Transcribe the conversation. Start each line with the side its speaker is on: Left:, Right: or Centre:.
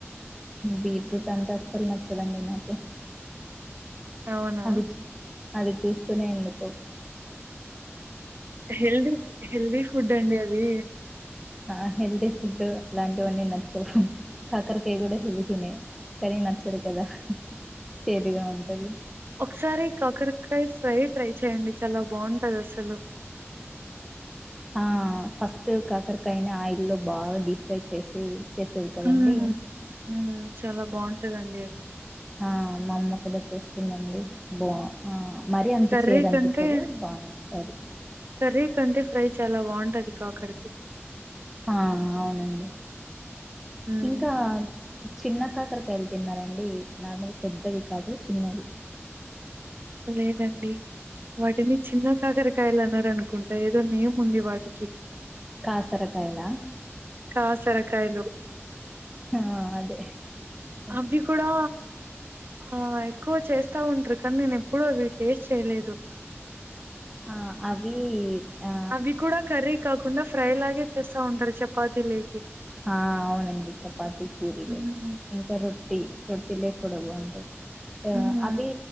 Centre: బీట్రూట్ అంటే అసలు నచ్చదండి నాకు
Right: అవునా
Centre: అది అది చూస్తూనే ఎందుకు
Right: హెల్దీ హెల్దీ ఫుడ్ అండి అది
Centre: ఆ హెల్తీ ఫుడ్ అలాంటివన్నీ నచ్చువు కాకరకాయ కూడా హెల్తినే కానీ నచ్చదు కదా చేదుగా ఉంటుంది
Right: ఒకసారి కాకరకాయ ఫ్రై ట్రై చేయండి చాలా బాగుంటది అసలు
Centre: ఆ ఫస్ట్ కాకరకాయనా ఆయిల్ లో బాగా డీప్ ఫ్రై చేసి చేసేది కదండీ
Right: మ్మ్ మ్మ్ చాలా బాగుంటదండి అది
Centre: ఆ మా అమ్మ కూడా చేస్త ఉంటాది అండి బా ఆ మరీ అంత
Right: కర్రీ
Centre: చేదు అనిపించేదు
Right: కంటే
Centre: బానే ఉంటుంది
Right: కర్రీ కంటే ఫ్రై చాలా బాంటది కాకరకాయ్
Centre: ఆ అవునండి
Right: మ్మ్
Centre: ఇంకా చిన్న కాకరకాయలు తిన్నారండి నార్మల్ పెద్దవి కాదు చిన్నవి
Right: లేదండి వాటిని చిన్న కాకరకాయలు అన్నార అనుకుంటా ఏదోనే నేమ్ ఉంది వాటికి
Centre: కాసరకాయలా
Right: కాసరకాయలు.
Centre: ఆ అదే ఓకే
Right: అవి కూడా ఆ ఎక్కువ చేస్తా ఉంట్రు కానీ నేను ఎప్పుడు అవి టేస్ట్ చేయలేదు
Centre: ఆ అవి ఆ
Right: అవి కూడా కర్రీ కాకుండా ఫ్రై లాగే చేస్తా ఉంటారు చపాతీ లే
Centre: హా అవునండి చపాతి పూరి
Right: హ్మ్.
Centre: రేట్ రొట్టి రొట్టిలే కూడ బాంటది ట
Right: హ్మ్.
Centre: అవి